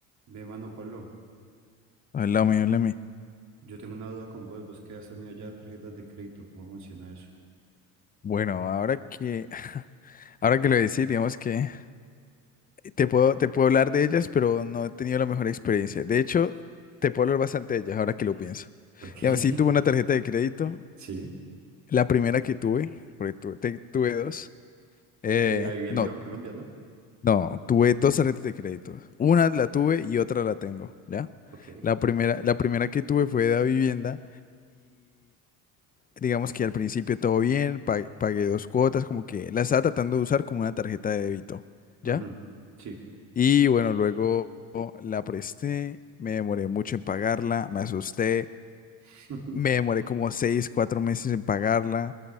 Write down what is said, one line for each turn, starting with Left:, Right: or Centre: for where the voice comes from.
Right: ve mano Pablo,
Left: Hola mi Háblame, háblame.
Right: yo tengo una duda con vos, vos que has tenido ya tarjetas de crédito, ¿cómo funciona eso?
Left: Bueno, ahora que, <laughs> ahora que lo decís, digamos que te puedo, te puedo hablar de ellas, pero no he tenido la mejor experiencia. De hecho, te puedo hablar bastante de ellas ahora que lo pienso.
Right: Porque,
Left: Digamos, sí tuve
Right: <laughs>
Left: una tarjeta de crédito,
Right: sí,
Left: la primera que tuve, porque tuve, te- tuve dos. Eh,
Right: de la vivienda
Left: no,
Right: iba en Colombia, ¿no?
Left: no, tuve dos tarjetas de crédito. Una la tuve y otra la tengo, ¿ya?
Right: Ok,
Left: La primera, la primera que tuve fue de la vivienda digamos que al principio todo bien, pa- pagué dos cuotas, como que la estaba tratando de usar como una tarjeta de débito, ¿ya?
Right: ujú, sí.
Left: Y bueno, luego la presté, me demoré mucho en pagarla, me asusté,
Right: <laughs>
Left: me demoré como seis, cuatro meses en pagarla.